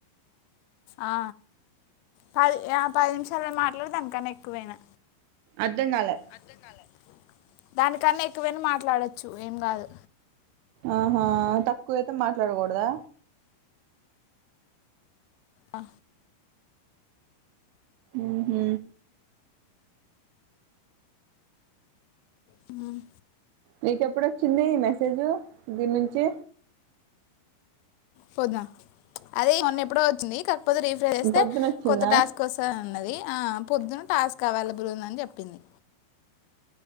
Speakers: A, on the left (about 90°); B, on the right (about 80°).
A: ఆ పది ఆ పది నిమిషాలు మాట్లాడా అనికన్నా ఎక్కువైనా
B: అర్ధం కాలే
A: అర్థం కాలా దానికన్నా ఎక్కువైనా మాట్లాడొచ్చు ఏం కాదు
B: ఆహా తక్కువైతే మాట్లాడకూడదా
A: ఆ
B: ఊహూ
A: హ్మ్
B: నీకెప్పుడొచ్చింది మెసేజు దీని నుంచే
A: పోద్నా అదీ మొన్న ఎప్పుడో వచ్చింది కాకపోతె రీఫ్రెష్ చేస్తే
B: పొద్దునొచ్చిందా
A: కొత్త టాస్క్ వస్తదన్నదీ ఆ పొద్దున టాస్క్ అవైలబుల్ ఉంది అని చెప్పింది